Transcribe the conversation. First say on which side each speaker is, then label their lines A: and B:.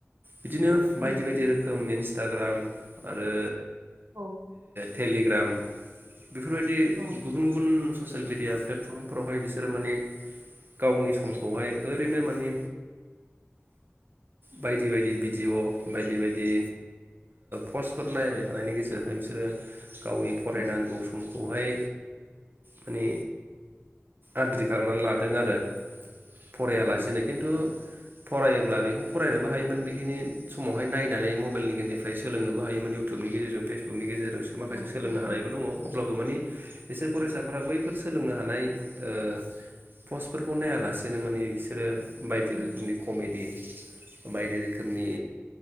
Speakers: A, on the right; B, on the right.
A: बिदिनो
B: उम
A: बायदि बायदि रोखोम इन्स इन्सटाग्राम आरो
B: औ
A: टेललिग्राम बेफोरबायदि
B: औ
A: गुबुन गुबुन ससियेल मिडिया प्लेटफर्मफोरावहाय बिसोरो माने गावनि समखौहाय ओरैनो मानिे बायदि बायदि भिडिय' बायदि बायदि पस्टफोर नायबाय थानायनि गेजेरजोंहाय बिसोरो गावनि फरायनांगौ
B: उम उम
A: समखौहाय माने आद्रि खालामनानै लाद दों आरो
B: औ
A: फरायालासिनो
B: औ
A: खिन्थु फरायोब्ला बेखौ फरायनोबो हायोमोन बेखिनि समावहाय नायनानै मबाइलनि गेजेरनिफ्राय सोलोंनोबो हायोमोन इउटुबनि गेजेरजों फेसबुकनि गेजेरजों जों माखासे
B: उम
A: सोलोंनो
B: उम
A: हानायबो दङ अब्लाबो मानि बिसोर फरायसाफोरा बैफोर सोलोंनो हानाय ओ पस्टफोरखौ नायालासेनो नों मानिे बिसोरो बायदि
B: उम
A: रोखोमनि कमेनड बायदि रोखोमनि